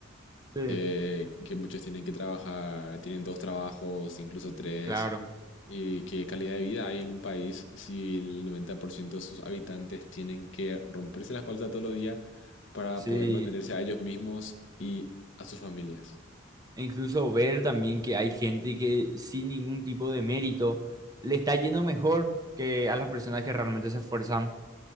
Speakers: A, on the right; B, on the left.
A: Sí,
B: Eh, que muchos tienen que trabajar, tienen dos trabajos, incluso tres.
A: claro,
B: ¿Y qué calidad de vida hay en un país si el 90% de sus habitantes tienen que romperse la espalda todos los días para
A: sí.
B: poder mantenerse a ellos mismos y a sus familias?
A: E incluso ver también que hay gente que sin ningún tipo de mérito le está yendo mejor que a las personas que realmente se esfuerzan.